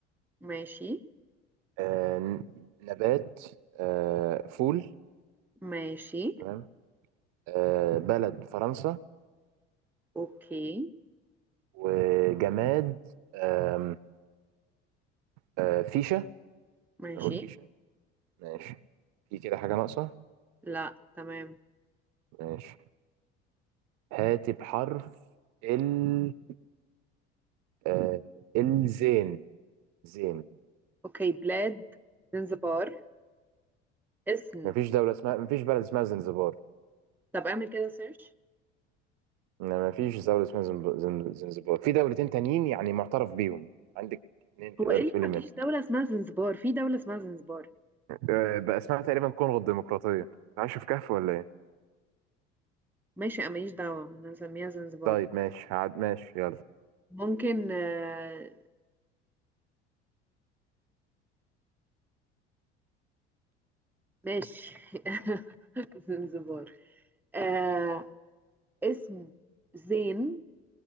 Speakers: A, in the centre; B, on the right.
A: ماشي
B: آه نبات آه فول
A: ماشي
B: تمام آه بلد فرنسا
A: اوكي
B: وجماد آم، آه فيشة
A: ماشي
B: بنقول فيشة ماشي في كده حاجة ناقصة
A: لا تمام
B: ماشي هاتي بحرف ال آه الزين زين
A: اوكي بلاد زنزبار اسم
B: مفيش دولة اسمها مفيش بلد اسمها زنزبار
A: طب اعمل كده سيرش
B: لا، مفيش دولة اسمها زنب- زن- زنزبار في دولتين تانيين يعني معترف بيهم عندك اتنين تقدر
A: هو ايه اللي
B: تقولي
A: مفيش
B: منهم
A: دولة اسمها زنزبار في دولة اسمها زنزبار
B: آه، بقى اسمها تقريبا كونغو الديمقراطية عايش في كهف ولا ايه؟
A: ماشي انا ماليش دعوة انا هسميها زنزبار
B: طيب ماشي هعد ماشي يلا
A: ممكن آه، ماشي <laughs> زنزبار آه اسم زين